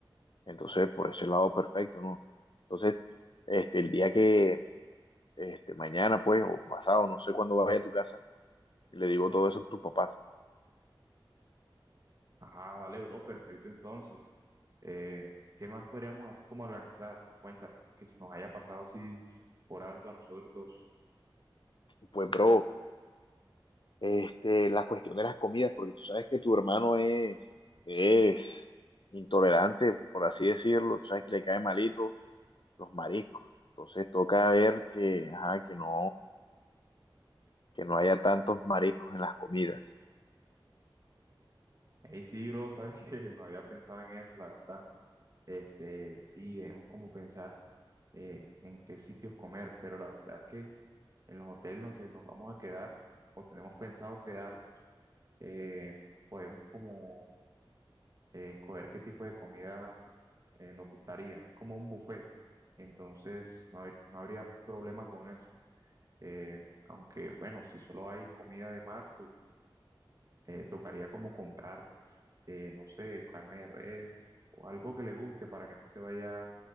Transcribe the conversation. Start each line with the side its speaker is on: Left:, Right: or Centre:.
Left: Entonces, por ese lado, perfecto, ¿no? Entonces, este, el día que, este, mañana, pues, o pasado, no sé cuándo vaya a tu casa, le digo todo eso a tus papás.
Right: Ajá, dale, bro, perfecto entonces. Eh, ¿qué más podríamos así como organizar? Cuéntame, que se nos haya pasado así por alto a nosotros dos.
Left: Pues, bro, este, la cuestión de las comidas, porque tú sabes que tu hermano es, es intolerante, por así decirlo, tú sabes que le cae malito los mariscos. Entonces toca ver que, ajá, que no, que no haya tantos mariscos en las comidas.
Right: Ey, sí, bro, sabes que <laughs> no había pensado en eso, la verdad. Este, sí, debemos como pensar eh, en qué sitios comer, pero la verdad es que en los hoteles en los que nos vamos a quedar o tenemos pensado quedarnos, eh, podemos como eh, escoger qué tipo de comida eh, nos gustaría, es como un buffet, entonces no, habr- no habría problema con eso. Eh, aunque bueno, si solo hay comida de mar, pues eh, tocaría como comprar, eh, no sé, carne de res o algo que le guste para que no se vaya